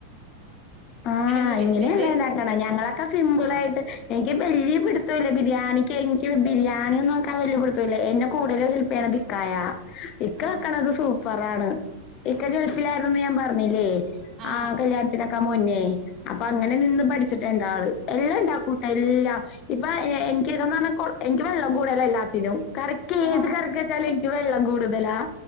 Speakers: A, on the left; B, on the right.
A: ആ
B: അങ്ങനെ
A: ആഹ്
B: ഒന്ന്
A: ഇങ്ങനെയല്ല
B: വെച്ചിട്ട്
A: ഇണ്ടാക്കണം ഞങ്ങളൊക്കെ സിംപിൾ
B: ആ
A: ആായിട്ട് എനിക്ക് വല്ിയ പിിത്തമില്ല ബിരിയാണിക്ക് എനിക്ക് ബിരിയാണിും നോക്കാൻ വല്ിയ പിിടുത്തം ഇല്ല എന്റെ കൂടുതൽ ഹെൽപ് ചെയ്യണത് കയാ ഇക്ക
B: ആ
A: വർക്കണത് സൂപ്പറണ്. ഇക്ക
B: ആ
A: ഗൾഫിലായിരിന്നെന്ന് ഞാൻ പറഞ്ഞില്ലേ?
B: ആ
A: ആഹ കല്യാൺ നക്കാ മുന്നേ അപ്പൊ അങ്ങനെ
B: ഉം
A: നിന്ന് പഠിച്ചിട്ട്ണ്ട്ആൾ എല്ലാണ്ടാകൂട്ട എല്ലാം ഇപ്പൊ എനികൊക്കേന്ന്ർഞ്ഞാ എനിക്ക് വെള്ളം കൂടെല്ലാം എല്ലാത്തിനും കറിക് ഏത്കറിക്
B: ആ
A: ചല്ക്കവെള്ളം കൂട്തല്ലാ